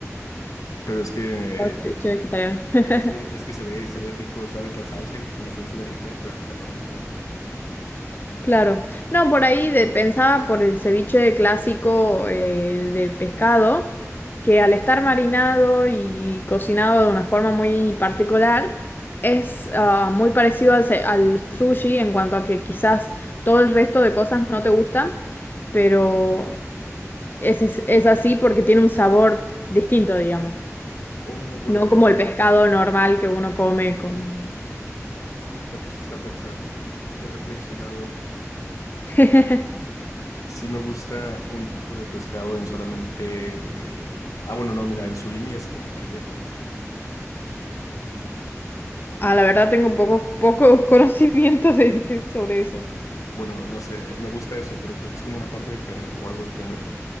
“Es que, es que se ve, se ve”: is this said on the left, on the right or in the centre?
Left